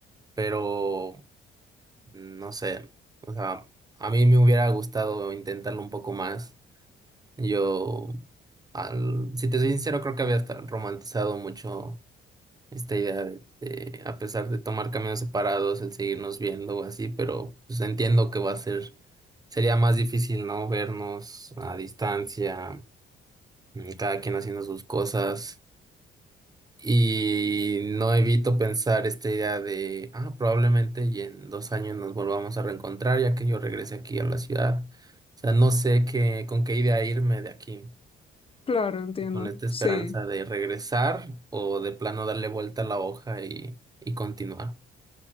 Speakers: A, on the right; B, on the left.
A: pero no sé, o sea, a mí me hubiera gustado intentarlo un poco más. Yo, al, si te soy sincero, creo que había hasta romantizado mucho esta idea de, de, a pesar de tomar caminos separados, el seguirnos viendo o así, pero pues entiendo que va a ser, sería más difícil, ¿no? Vernos a distancia mm, cada quien haciendo sus cosas. Y no evito pensar esta idea de, ah, probablemente y en dos años nos volvamos a reencontrar ya que yo regrese aquí a la ciudad. O sea, no sé qué, con qué idea irme de aquí,
B: Claro, entiendo.
A: con esta esperanza
B: Sí.
A: de regresar o de plano darle vuelta a la hoja y, y continuar.